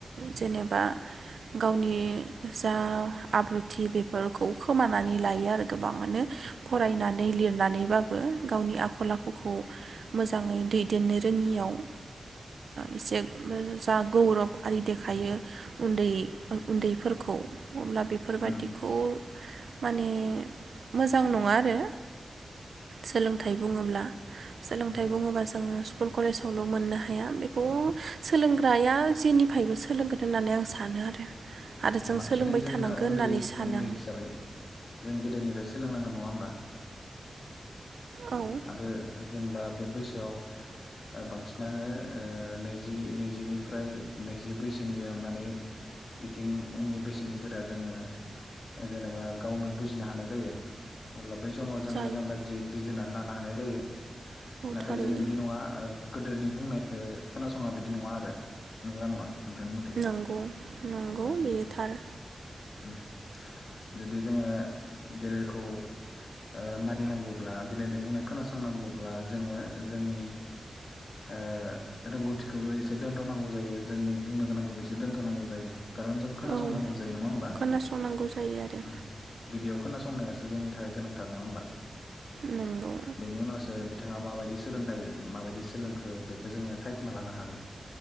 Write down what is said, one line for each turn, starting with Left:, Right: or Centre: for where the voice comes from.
Right: जेनेबा गावनि जा आब्रुथि बेफोरखौ खोमानानै लायो आरो गोबाङानो। फरायनानै लिरनानै बा बो गावनि आखल आखुखौ मोजाङै दैदेननो रोङियाव ओ एसे ओ जा गौरब आरि दे खायो उन्दैफोर उन्दैफोरखौ अब्ला बेफोरबादिखौ
Left: उम उम
Right: माने मोजां नङा आरो सोलोंथाइ बुङोब्ला सोलोंथाइ
Left: उम
Right: बुङोबा जोङो स्कुल कलेजावल' मोननो हाया बेखौ सोलोंग्राया जेनिफ्रायबो सो सोलोंगोन होननानै आं सानो आरो आरो
Left: उम
Right: जों
Left: बांसिनै
Right: सोलोंबाय
Left: जों
Right: थानांगोन
Left: दा उन्दै
Right: होननानै सानो
Left: उन्दै हिसाबै जों गेदेरनिफ्राय स सोलोंनांगोन नङा होमबा?
Right: आं औ
Left: आरो जों दा बे बैसोआव ओ बांसिनानो ओ नैजि नैजिनिफ्राय नैजि बैसोनिफ्राय अननानै बिथिं उननि बैसोनिफोरा जोङो ओ जेनेबा गावनो बुजिनो हानाय जायो अब्ला बैस समाव जों
Right: जायो
Left: मोजां गाज्रि बिजिरनानै ला ना हानाय जायो। नाथाय
Right: थारैनो
Left: जों बिदि नङा ओ गोदोनि बुंनायखो खोनासङा बिदि नङा आरो नंगौना नङा? नोंथांनि मथे
Right: नंगौ नंगौ
Left: उम
Right: बेयो थार।
Left: उम जुदि जोङो गेदेरखौ ओ मानिनांगौब्ला गेदेरनि बुंनायख खोनासंनांगौब्ला जोङो ओ जोंनि ओ रोंगौथिखौबो एसे दोन्थ'नांगौ जायो जोंनि बुंनो गोनांखौबो एसे दोनथ'नांगौ जायो। कारन जों खोनासंनांगौ
Right: औ
Left: जायो नङा होमबा?
Right: खोनासंनांगौ जायो आरो
Left: उम गिबियाव खोनासं संनायासो जोंनि थाखाय गोनांथार नङा होमबा?
Right: नोंगौ।
Left: बेनि उनावसो बिथाङा माबायदि सोलोंथाइ माबायदि सोलोंखो बेखौ जोङो सायख'ना लानो हागोन।